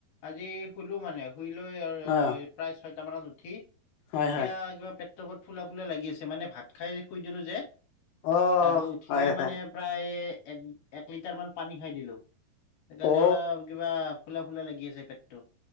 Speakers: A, on the left (about 70°); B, on the left (about 85°).
A: আজি শুলো মানে। ঘুৰি লৈ
B: অ
A: প্ৰায় ছয়টা মানত উঠি
B: হয়
A: এতিয়া
B: হয়
A: কিবা। ত ফুলা ফুলা লাগি আছে মানে ভাত খাই শুই দিলো যে
B: অ
A: আৰু উঠিয়ে
B: হয়
A: মানে।
B: হয়
A: প্ৰায় এক এক লিটাৰ মান পানী খাই দিলোঁ সেইকাৰণে
B: অ
A: অলপ। কিবা ফুলা ফুলা লাগি আছে পেটতটো।